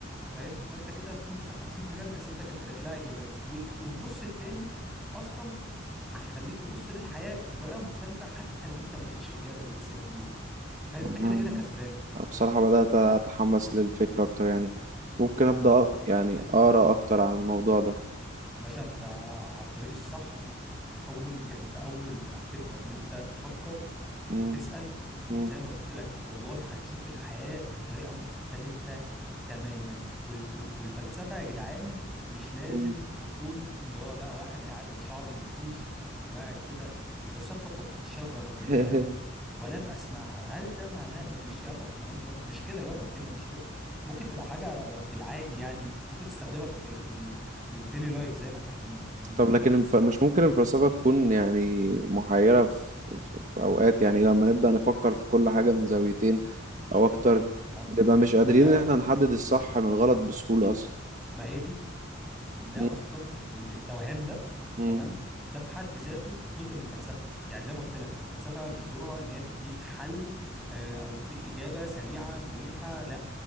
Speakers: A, in the centre; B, on the right.
A: فاهم فانت كده في مثلا 50% من أسئلتك انت لقيت لها إجابات وال- والنص التاني أصلا هيخليك تبص للحياة بطريقة مختلفة حتى لو انت ما لقيتش إجابة للأسئلة دي فانت
B: آه.
A: كده كده كسبان
B: بصراحة بدأت أتحمس للفكرة أكتر يعني ممكن أبدأ أق... يعني أقرأ أكتر عن الموضوع ده
A: باشا انت على الطريق الصح اول يعني انت اول ما هتبدأ ان انت تفكر
B: مم.
A: وتسأل
B: مم.
A: زي ما قلت لك والله هتشوف الحياة بطريقة مختلفة تماما والف... والفلسفة يا جدعان مش لازم
B: مم.
A: تكون ده هو بقى واحد قاعد وشعره منكوش وقاعد كده إذا سقطت شجرة في
B: <laughs>
A: الغابة ولم أسمعها هل ده معناه مفيش يابا الكلام ده مش كده يابا الدنيا مش كده ممكن تبقى حاجة في العادي يعني ممكن تستخدمها في في ال- في, في الديلي لايف زي ما اتكلمنا فاهمني
B: طب لكن الف... مش ممكن الفلسفة تكون يعني محيرة في... في في أوقات يعني لما نبدأ نفكر في كل حاجة من زاويتين أو أكتر
A: ما هو
B: بنبقى مش
A: ما
B: قادرين
A: هو ده
B: إن إحنا نحدد الصح من الغلط بسهولة أصلا
A: ما هي دي ده
B: مم.
A: اصلا ال- ال- التوهان ده
B: مم.
A: تمام ده في حد ذاته جزء من الفلسفه يعني زي ما قلت لك الفلسفه مش دورها ان هي تديك حل آه، او تديك اجابه سريعه مريحه لا